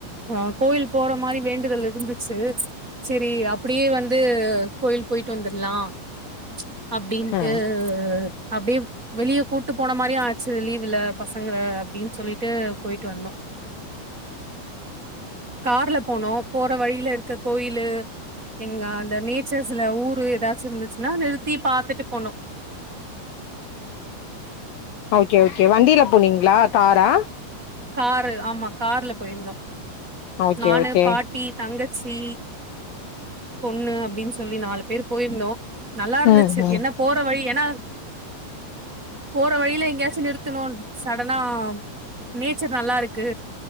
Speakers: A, on the right (about 15°); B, on the left (about 85°).
A: அ கோயில் போற மாரி வேண்டுதல் இருந்துச்சு சரி அப்டியே வந்து கோயில் போயிட்டு வந்துரலாம் அப்டின்ட்டு
B: ம்
A: அப்டியே வெளிய கூட்டு போன மாரிய ஆச்சு லீவு்ல பசங்கள அப்டின் ட்டு போயிட்டு வந்தோம் கார்ல போனோம் போற வழியில இருக்க கோயிலு எங்க அந்த நேச்சர்ஸ்ல ஊரு எதாச்சும் இருந்துச்ச நிறுத்தி பாத்துட்டு போணோம்
B: ஓகே ஓகே வண்டியில போனீங்களா காரா
A: காரு ஆமா கார்ல போயிருந்தோம்
B: ஓகே
A: நானு
B: ஓகே
A: பாட்டி தங்கச்சி பொண்ணு அப்ப அப்டின்னு சொல்லி நாலு பேர் போயிருந்தோம் நல்லா இருந்துச்சு
B: ம் ம்
A: என்ன போற வழி ஏன்னா போற வழியில எங்கேயாச்சும் நிறுத்தணும் சடனா <unintelligible> நேச்சர் நல்லா இருக்கு